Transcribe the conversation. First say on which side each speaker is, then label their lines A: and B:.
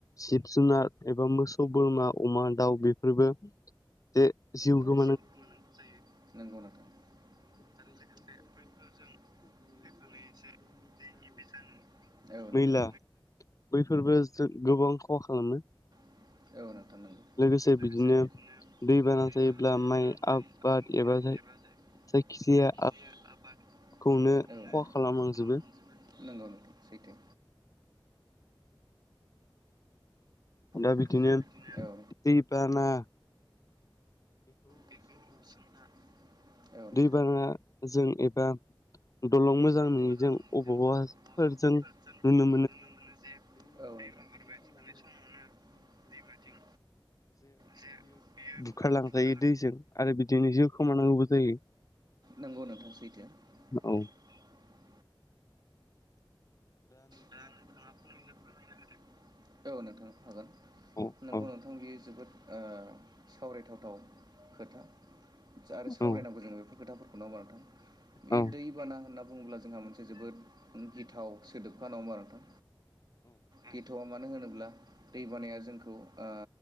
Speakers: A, on the left (about 40°); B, on the right (about 50°).
A: जिब जुनार एबा मोसौ बोरमा अमा दाउ बेफोरबो जे जिउ गो
B: नंगौ नोंथां। आरो लोगोसे बयबो जों फैफानाय एसे दैनि बेस औ नोंथां।
A: मैला बैफोरबो जों गोबां खहा खालामो।
B: ओ नोंथां
A: लोगोसे
B: औ।
A: बिदिनो
B: बाद
A: दैबाना जायोब्ला
B: गैयाबा
A: माइ आबाद
B: जेरै
A: एबा जाय
B: जायखि
A: जायखिजाया
B: जाया आबाद। ओ
A: आबादखौनो खहा
B: <unintelligible>
A: खालामलांजोबो
B: नंगौ। नोंथां सैथो।
A: दा
B: <unintelligible>
A: बिदिनो
B: औ <unintelligible>
A: दैबाना
B: बेखौ सोंना औ <unintelligible> ल'
A: दैबानाजों एबा दलं नङिजों
B: मोजां मोनो
A: अबावबाफोर
B: जों बहा
A: जों
B: फोरजों
A: नुनो
B: नुनो मोनो जे दैमा नाहरबाय थानाय समावनो दैमाथिं जे बियो
A: बुखारलांजायो
B: <inaudible>
A: दैजों आरो बिदिनो जिउ खोमानांगौबो जायो
B: नंगौ नोंथां सैथो।
A: औ
B: <inaudible> दा नोंथाङा फंनैसो फोरमायना हो दो। औ नोंथां हागोन।
A: औ
B: नोंगौ
A: औ
B: नोंथां बियो जोबोद ओ सावरायथावथाव खोथा आरो सावरायनांगौ
A: औ
B: जोङो बेफोर खोथाफोरखौ। नङा होमबा नोंथां। बे
A: औ
B: दैबाना होनना बुङोब्ला जोंहा मोनसे जोबोद गिथाव सोदोबखानाव माराथां गिथ'आव। मानो होनोब्ला दै बानाया जोंखौ आ।